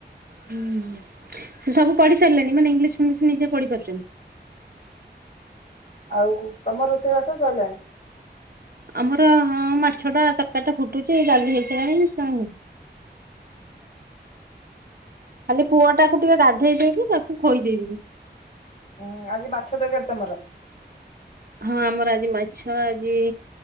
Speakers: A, on the right; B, on the left.
A: ହୁଁ ସେ ସବୁ ପଢି ସାରିଲେଣି ମାନେ ଇଂଲିଶ ଫିଙ୍ଗିଲିସି ନିଜେ ପଢି ପାରୁଛନ୍ତି।
B: ଆଉ ତମ ରୋଷେଇବାସ ସରିଲାଣି?
A: ଆମର-ଅ-ଅ-ଅ ହଁ ମାଛ ଟା ତରକାରୀ ଟା ଫୁଟୁଛି ଡାଲି ହେଇସାରିଲାଣି। <unintelligible> ଖାଲି ପୁଅ ଟାକୁ ଟିକେ ଗାଧେଇ ଦେଇକି ତାକୁ ଖୋଇଦେଇବି।
B: ଉଁ ଆଜି ମାଛ ତରକାରି ତମର?
A: ହଁ ଆମର ଆଜି ମାଛ ଆଜି